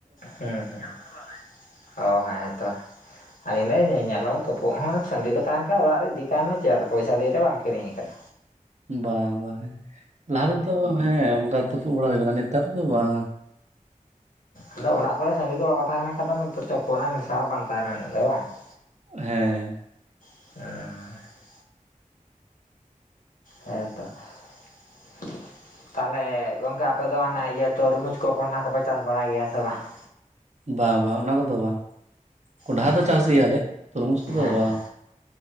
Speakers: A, on the left; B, on the right.
A: ᱦᱮᱸ <inaudible> ᱚ ᱦᱮᱸᱛᱚ᱾ ᱟᱞᱤᱧ ᱫᱚ ᱧᱮᱧᱮᱞ ᱦᱚᱸ ᱛᱩᱯᱩᱜ ᱦᱚᱸ ᱥᱟᱺᱰᱤ ᱠᱚ ᱛᱟᱦᱮᱱ ᱠᱷᱟᱱ ᱚᱲᱟᱜ ᱨᱮ ᱤᱫᱤ ᱠᱟᱭ ᱢᱮ ᱪᱮᱫ ᱟᱫᱚ ᱯᱚᱭᱥᱟ ᱫᱤᱭᱮᱛᱚ ᱵᱟᱢ ᱠᱤᱨᱤᱧᱮ ᱠᱟᱱᱟ᱾
B: ᱵᱟᱝ ᱵᱟᱝ, ᱞᱟᱦᱟ ᱛᱮᱫᱚ ᱦᱮᱸ ᱚᱱᱠᱟ ᱛᱩᱯᱩᱜ ᱵᱟᱲᱟ ᱦᱩᱭ ᱟᱠᱟᱱᱟ ᱱᱮᱛᱟᱨ ᱫᱚ ᱵᱟᱝ᱾
A: ᱦᱮᱸ ᱟᱫᱚ ᱚᱲᱟᱜ ᱠᱚᱨᱮ ᱥᱟᱺᱰᱤ ᱠᱚ ᱵᱟᱠᱚ ᱛᱟᱦᱮᱸ ᱞᱮᱱ ᱠᱷᱟᱱ ᱫᱚ ᱛᱚᱯᱩᱜ ᱨᱮᱱᱟ ᱱᱮᱥᱟ ᱦᱚᱸ ᱵᱟᱝ ᱛᱟᱦᱮᱱᱟ ᱩᱱᱟ. ᱜ ᱫᱚ ᱵᱟᱝ ᱾
B: ᱦᱮᱸ
A: <inaudible> ᱦᱮᱸ ᱛᱚ ᱾ ᱛᱟᱞᱦᱮ ᱜᱚᱝᱠᱮ ᱟᱯᱮ ᱫᱚ ᱟᱱᱮ ᱤᱭᱟᱹ ᱛᱚᱨᱢᱩᱡᱽ ᱠᱚ ᱠᱚᱱᱰᱷᱟ ᱠᱚ ᱯᱮ ᱪᱟᱥ ᱵᱟᱲᱟᱭ ᱜᱮᱭᱟ ᱥᱮ ᱵᱟᱝ ᱾
B: ᱵᱟᱝ ᱵᱟᱝ ᱚᱱᱟ ᱠᱚᱫᱚ ᱵᱟᱝ, ᱠᱚᱸᱰᱷᱟ
A: ᱦᱮᱸ
B: ᱫᱚ ᱪᱟᱥ ᱜᱮᱭᱟᱞᱮ ᱛᱩᱨᱢᱩᱡᱽ ᱠᱚᱫᱚ
A: ᱦᱮᱸ
B: ᱵᱟᱝ ᱾